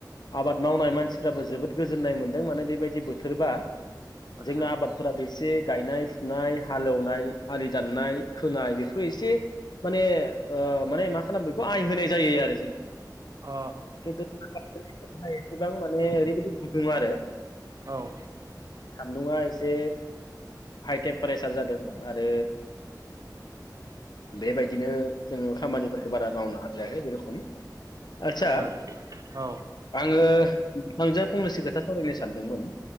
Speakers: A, on the left; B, on the right.
A: आबाद मावनाय मानसिफ्राबो जोबोद गोजोननाय मोनदों माने बेबायदि बोथोरबा
B: आतसा
A: जोंना आबादफोरा एसे गायनाय फुनाय हालेवनाय आलि दाननाय खोनाय बेफोर एसे माने ओ माने मा खालाम बेखौ आइ होनाय जायो आरो जों
B: अ
A: खिन्थु <unintelligible> एसेबां माने ओरैबायदि गुदुं आरो
B: अ औ
A: सान्दुङा एस एसे हाइ टेम्पारेसार जादों आरो बेबायदिनो जोङो खामानिफोरखो बारा मावनो हाजायाखै बे रखम आदसा
B: आदसा औ
A: आङो नोंथांजों फंनैसो खो खोथा सावरायनो सानदोंमोन